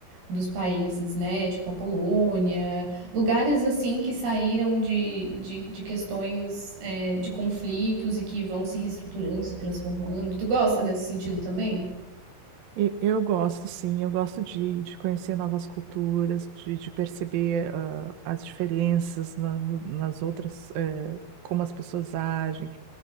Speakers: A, on the right (about 90°); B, on the right (about 65°).
A: dos países, né? Tipo a Polônia, lugares assim que saíram de, de, de questões, é, de conflitos e que vão se reestruturando, se transformando. Tu gosta nesse sentido também?
B: E- Eu gosto, sim, eu gosto de, de conhecer novas culturas, de, de perceber ah, as diferenças na- no- nas outras, eh, como as pessoas agem.